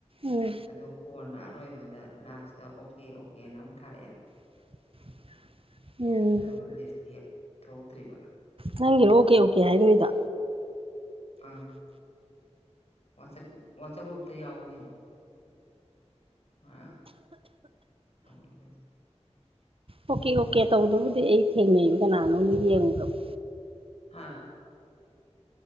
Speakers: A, on the right; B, on the left.
A: ꯎꯝ
B: ꯑꯗꯣ ꯀꯣꯟꯅ ꯑꯔꯣꯏꯕꯗ ꯂꯥꯁꯇ ꯑꯣꯀꯦ ꯑꯣꯀꯦꯅ ꯑꯃꯨꯛ ꯊꯥꯔꯛꯑꯦꯕ
A: <unintelligible> ꯎꯝ
B: ꯑꯗꯨꯝ ꯂꯤꯁꯇꯤ ꯊꯣꯛꯂꯛꯇ꯭ꯔꯤꯕ
A: ꯅꯪꯒꯤꯦꯔꯣ ꯑꯣꯀꯦ ꯑꯣꯀꯦ ꯍꯥꯏꯈꯣꯏꯗ
B: ꯑꯥ ꯋꯥꯁ ꯋꯥꯆꯒꯠꯇ ꯌꯥꯎꯅꯤ ꯌꯥꯝ ꯑ ꯄꯂ
A: ꯑꯣꯀꯦ ꯑꯣꯀꯦ ꯇꯧꯗꯕꯨꯗꯤ ꯑꯩ ꯊꯦꯡꯅꯩꯕ ꯀꯅꯥꯅꯣꯝꯗ ꯌꯦꯡꯉꯨꯗꯕ
B: ꯍꯥꯥ